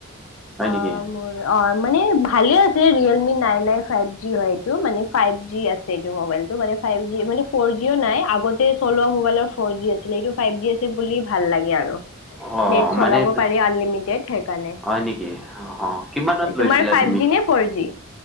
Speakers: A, in the centre; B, on the left.
A: হয়
B: অ
A: নেকি
B: মোৰ অ মানে ভালে আছে Realme nine nine five G হয় এইটো মানে ফাইভ জি আছে এইটো মবাইলটো মানে ফাইভ জি মানে ফ'ৰ জিও নাই আগতে চলোৱা মোবাইলৰ ফ জি আছিলে এইটো ফাইভ জি আছ লি বুলি ভাল লাগে আৰু
A: অ
B: নে চালাব
A: মানে তু-
B: পাৰি আনলিমিটেড হে কাৰ
A: হয় নেকি অ কিমানত লৈছিলা
B: তোমাৰ ফাইভ
A: তুমি
B: জি নে ফ'ৰ জি